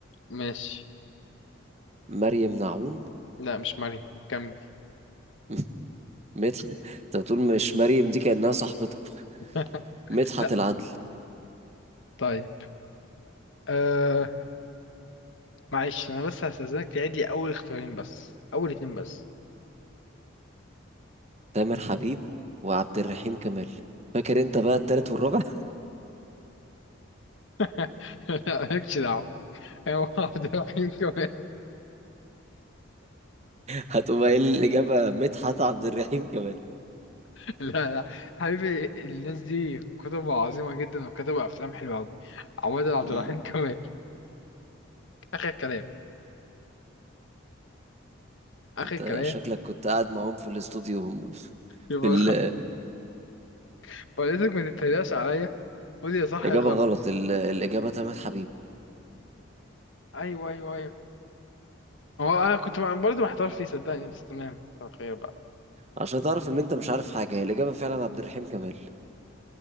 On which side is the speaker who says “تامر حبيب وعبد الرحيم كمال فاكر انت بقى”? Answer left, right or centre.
Right